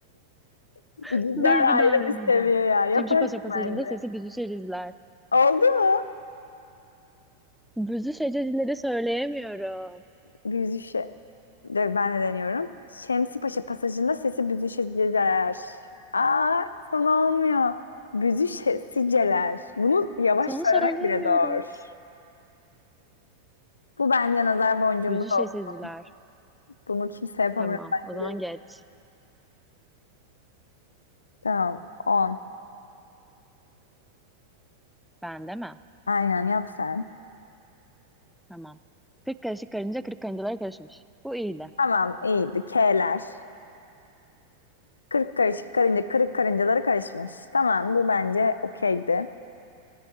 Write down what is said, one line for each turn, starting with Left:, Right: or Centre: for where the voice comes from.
Left: Bu
Centre: <laughs>
Left: cidden
Centre: Dur bir
Left: ayrı
Centre: daha deneyeceğim.
Left: bir seviye ya. Yaparsın
Centre: Şemsi Paşa Pasajı'nda
Left: bence.
Centre: sesi büzüşecekler.
Left: Oldu mu?
Centre: Büzüşecekleri söyleyemiyorum.
Left: Büyüzüşe. De- Ben de deniyorum. Şemsipaşa pasajında sesi büzüşeceler. Aa, son olmuyor. Büzüşeceler. Bunu yavaş
Centre: Sonu
Left: söylemek
Centre: söyleyemiyoruz.
Left: bile zor. Bu bence nazar boncuğumuz
Centre: Büzüşecekler.
Left: olsun. Bunu kimse yapamıyor
Centre: Tamam. O
Left: bence.
Centre: zaman geç.
Left: Tamam. 10.
Centre: Ben de mi?
Left: Aynen yap sen.
Centre: Tamam. Kırk karışık karınca kırk karıncalara karışmış. Bu iyiydi.
Left: Tamam iyiydi. K'ler. Kırık karışık karınca kırık karıncaları karışmış. Tamam bu bence okeydi.